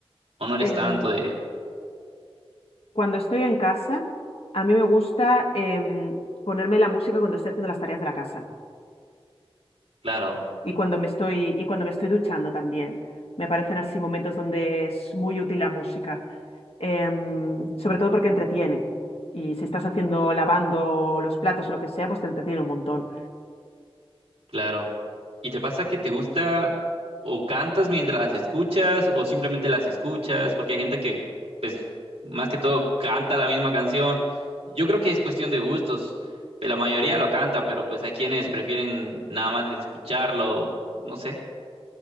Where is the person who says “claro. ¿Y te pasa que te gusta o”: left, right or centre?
Right